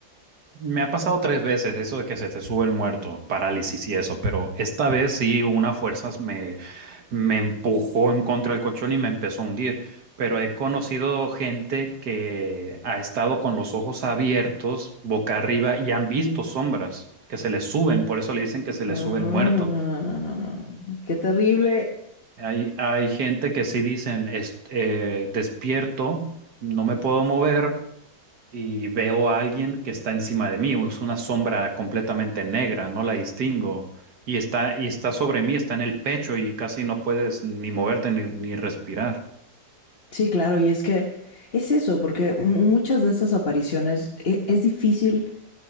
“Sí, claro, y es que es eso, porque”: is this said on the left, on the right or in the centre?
Left